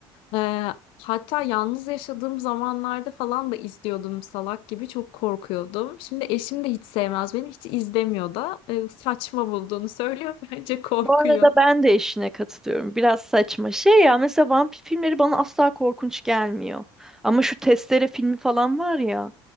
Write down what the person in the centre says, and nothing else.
Bu arada ben de eşine katılıyorum. Biraz saçma. Şey ya mesela vampir filmleri bana asla korkunç gelmiyor. Ama şu Testere filmi falan var ya.